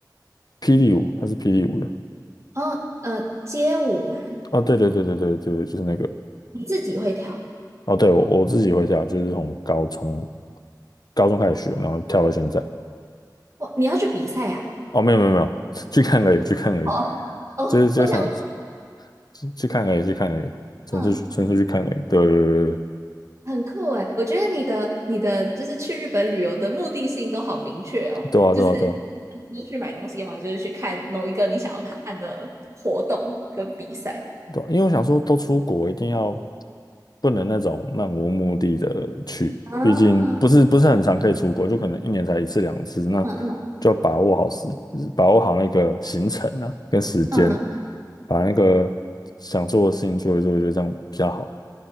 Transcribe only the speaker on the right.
哦，呃，街舞嘛，
你自己会跳？
哇，你要去比赛啊？
哦哦，
我想说，
嗯，
很酷哎，我觉得你的你的就是去日本旅游的目的性都好明确哦，
就是不是去买东西嘛，就是去看某一个你想要看的活动跟比赛。
嗯
嗯嗯
嗯